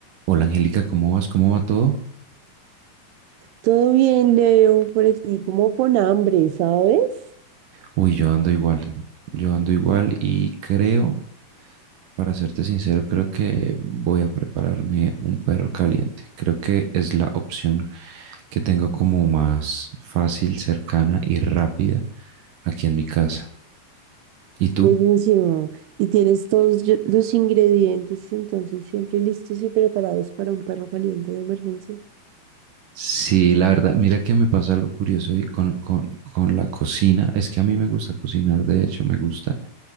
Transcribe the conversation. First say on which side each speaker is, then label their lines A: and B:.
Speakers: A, on the right; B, on the right.
A: Hola Angélica, ¿cómo vas? ¿Cómo va todo?
B: Todo bien, Leo, por aquí como con hambre, ¿sabes?
A: Uy, yo ando igual, yo ando igual y creo, para serte sincero, creo que voy a prepararme un perro caliente. Creo que es la opción que tengo como más fácil, cercana y rápida aquí en mi casa. ¿Y tú?
B: Buenísimo. Y tienes todos yo- los ingredientes, entonces siempre listos y preparados para un perro caliente de emergencia.
A: Sí, la verdad, mira que me pasa algo curioso hoy con, con- con la cocina. Es que a mí me gusta cocinar, de hecho, me gusta,